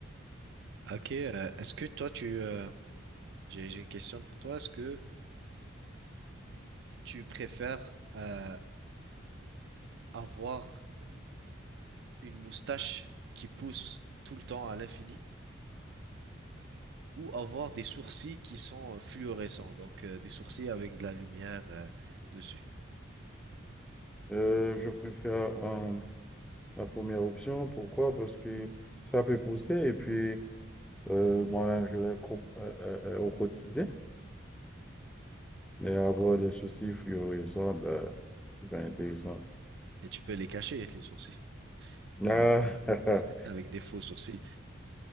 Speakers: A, on the right; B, in the centre.
A: Ok, euh, est-ce que toi, tu, euh, j'ai, j'ai une question pour toi. Est-ce que tu préfères euh, avoir une moustache qui pousse tout le temps à l'infini? ou avoir des sourcils qui sont euh, fluorescents, donc euh, des sourcils avec de la lumière euh, dessus.
B: Euh, je préfère euh, la première option. Pourquoi? Parce que ça peut pousser et puis euh, moi, je les coupe euh, euh, euh, au quotidien. Mais avoir des soucis fluorescents, ben, c'est pas intéressant.
A: Et tu peux les cacher, les sourcils,
B: Ah,
A: avec,
B: <laughs>
A: avec des faux sourcils.